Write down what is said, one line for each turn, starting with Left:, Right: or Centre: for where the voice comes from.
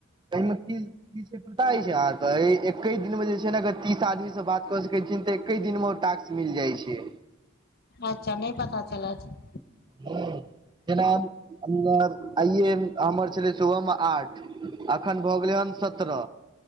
Right: ए मे की की छै पता एछ अहाँ के ए एके दिन मे जे छै ने अगर तीस आदमी से बात क सकै छिये तऽ एके दिन मे उ टाक्स मिल जाय छै।
Left: अच्छा नै पता चलै छै।
Right: हां जेना हम्मर आइए हम्मर छलै सुबहमे आठ। अखन भऽ गेलै हन सतरा